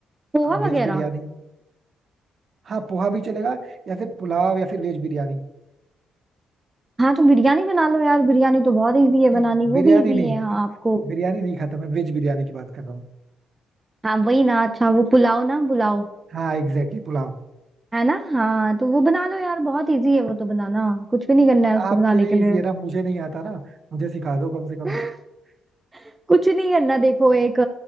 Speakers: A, on the right (about 20°); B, on the right (about 50°).
A: पोहा
B: वेज
A: वगैरह
B: बिरयानी हाँ पोहा भी चलेगा या फिर पुलाव या फिर वेज बिरयानी
A: हाँ तो बिरयानी बना लो यार बिरयानी तो बहुत इजी है
B: नहीं
A: बनानी वो
B: बिरयानी
A: भी इजी
B: नहीं
A: है हाँ आपको
B: बिरयानी नहीं खाता मैं वेज बिरयानी की बात कर रहा हूँ
A: हाँ वही ना अच्छा वो पुलाव ना बुलाओ
B: हाँ एग्जैक्टली exactly, पुलाव
A: है ना हाँ तो वो बना लो यार बहुत इजी है वो तो बनाना कुछ भी नहीं करना है उसको
B: आपके
A: बनाने
B: लिए
A: के लिए
B: इजी है ना मुझे नहीं आता ना मुझे सिखा दो कम से कम
A: <laughs> कुछ नहीं करना देखो एक